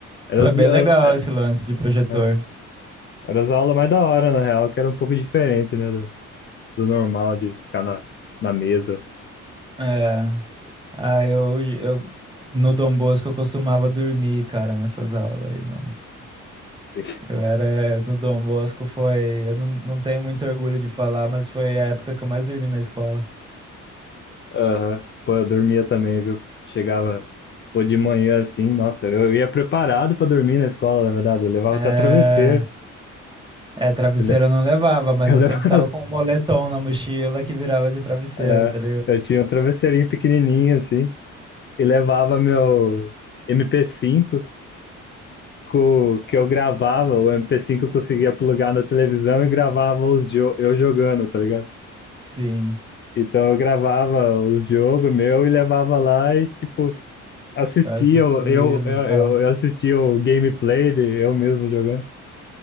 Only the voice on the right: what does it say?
pô,
é bem
legal
esse lance de projetor.
É, ah, eu, eu no Dom Bosco eu costumava dormir, cara, nessas aulas aí, mano.
Eu era no Dom Bosco foi, eu não, não tenho muito orgulho de falar, mas foi a época que eu mais dormi na escola.
É,
é, travesseiro
eu não levava, mas
eu
sempre tava com um moletom na mochila que virava de travesseiro,
tá ligado?
Sim,
eu assisti
no
tal,